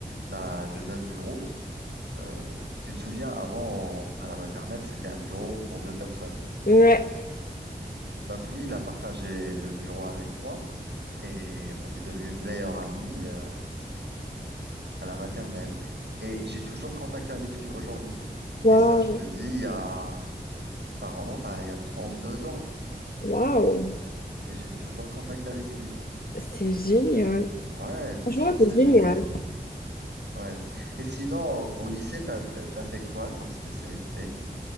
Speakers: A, on the right; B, on the left.
A: la- le même bureau. Euh, si tu te souviens, avant, on- à la maternelle, c'était un bureau pour deux personnes.
B: Ouais.
A: Donc lui, il a partagé le bureau avec moi et on est devenus meilleurs amis euh, à la maternelle. Et j'ai toujours contact avec lui aujourd'hui.
B: Waouh,
A: Et ça, je te dis, il y a... ça remonte à il y a 32 ans
B: waouh,
A: et j'ai toujours contact avec lui.
B: c'est génial.
A: Ouais,
B: Franchement,
A: franchement,
B: c'est
A: c'est
B: génial.
A: génial. Ouais. Et sinon, au au lycée, t'as, t'as t'as fait quoi comme spécialité?